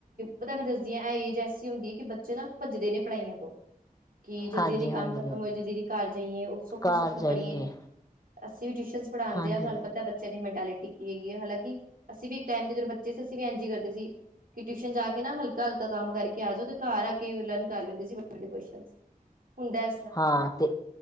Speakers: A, on the right; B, on the left.
A: ਪਤਾ ਮੈਂ ਦੱਸਦੀ ਹਾਂ- ਇਹ ਏਜ ਹੁੰਦੀ ਹੈ ਕਿ ਬੱਚੇ ਨਾ ਭੱਜਦੇ ਨੇ ਪੜ੍ਹਾਈਆਂ ਤੋਂ ਕਿ ਜਲਦੀ
B: ਹਾਂਜੀ
A: ਜਲਦੀ ਕੰਮ
B: ਹਾਂਜੀ
A: ਖਤਮ ਹੋਏ। ਜਲਦੀ ਇਹਦੀ ਘਰ ਜਾਈਏ ਉਹ ਸੁੌੱਖਾ-
B: ਘਰ
A: ਸੁੱਖਾ
B: ਜਾਈਏ
A: ਪੜ੍ਹੀਏ ਅਸੀਂ ਵੀ ਟਿਊਸ਼ਨ ਪੜ੍ਹਾਉਂਦੇ
B: ਹਾਂਜੀ
A: ਹਾਂ ਤੁਹਾਨੂੰ ਪਤਾ ਬੱਚਿਆਂ ਦੀ ਮੈਂਟਲਿਟੀ ਕੀ ਹੈਗੀ ਹੈ। ਹਾਲਾਂਕਿ, ਅਸੀਂ ਵੀ ਇੱਕ ਟਾਈਮ ਤੇ ਜਦੋਂ ਬੱਚੇ ਸੀ ਅਸੀਂ ਵੀ ਐ ਜ ਕਰਦੇ ਸੀ। ਕਿ ਟਿਊਸ਼ਨ ਜਾ ਕੇ ਨਾ ਹਲਕਾ ਮ-ਹਲਕਾ ਕੰਮ ਕਰਕੇ ਆ ਜਾਓ ਤੇ ਘਰ ਆ ਕੇ ਲਰਨ ਕਰ ਲੈਂਦੇ ਸੀੇ। ਵਡੇ ਕੁ ਹੁਣਦਾ
B: ਹਾ, ਤੇ